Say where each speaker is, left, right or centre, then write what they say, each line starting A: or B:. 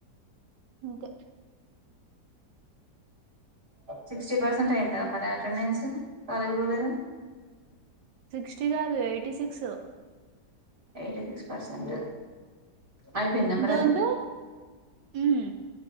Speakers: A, on the right; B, on the right.
A: అంతే
B: సిక్స్టీ పర్సెంట్ అయందా మరి అటెండెన్స్ కాలేజ్ పోలేద
A: సిక్స్టీ కాదు eighty six
B: eighty six percent
A: <unintelligible>
B: అయిపోయిందా మరి అది
A: పే ఉమ్